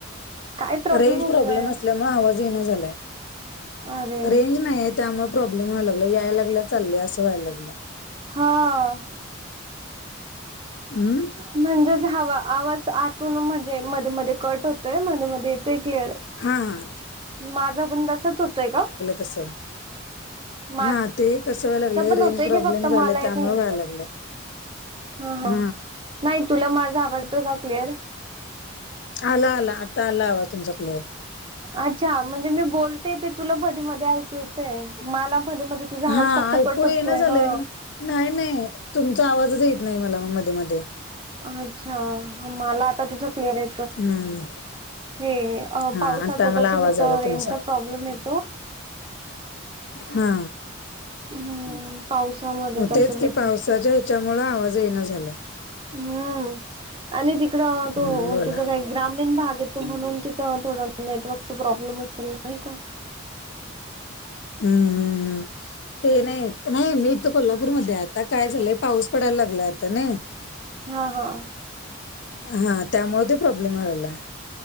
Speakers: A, on the right; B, on the left.
A: काय
B: रेंज
A: होतोय?
B: प्रॉब्लेम असल्या मू आवाज यायाना झालाय
A: अरे
B: रेंज नाही येत. त्यामुळे प्रोब्लेम व्हायला लागला यायला लागला चालले असं व्हायला लागलं.
A: हा
B: हमंम
A: म्हणजेच हवा आवाज आतून म्हणजे मध्ये मध्ये कट होतोय मध्ये मध्ये त क्लिअर
B: हा हा
A: माझा पण तसच होतोय का?
B: तस
A: माझा
B: हा ते कसं व्हाय लागलं
A: पण
B: रेंज
A: होतोय
B: प्रॉब्लेम
A: की फक्त
B: झाले
A: मला
B: त्यामुळे
A: येत नाही
B: व्हाय लागलं
A: हा हा
B: ह
A: नाही तुला माझा आवाज येतोय का क्लिअर.
B: आला आला आता आला आवाज तुमचा क्लिअर.
A: अच्छा म्हणजे मी बोलते ते तुला मध्ये मध्ये ऐकू येत. मला मध्ये मध्ये तुझा आवाज
B: हा
A: फक्त
B: ऐकू
A: कट होतोय
B: येईना झालंय
A: ह.
B: नाही नाही तुमचा आवाजच येत नाही मला मध्ये मध्ये.
A: अच्छा मग मला आता तुझं क्लिअर ये
B: हम्म
A: हे
B: हा
A: पावसाच
B: आता मला
A: तसंच
B: आवाज आला
A: रेंज
B: तुमचा
A: चा प्रॉब्लेम येतो.
B: हू
A: हम्म पावसामध्ये
B: मग
A: तसच
B: तेच की
A: होत.
B: पावसाच्या ह्याच्यामुळे आवाज येईना झालाय
A: हम्म आणि तिकडं तो
B: हम्म बोला
A: तुझं काय. ग्रामीण भाग येतो म्हणून तिथं थोडं नेटवर्कचा प्रॉब्लेम असेल नाही का?
B: हम्म हम्म हू ते नाही नाही मी इथ कोल्हापूरमध्ये ये आता काय झालंय. पाऊस पडायला लागलाय आता नाही.
A: हा हा
B: हा त्यामुळे ते प्रॉब्लेम व्हायला लागलाय.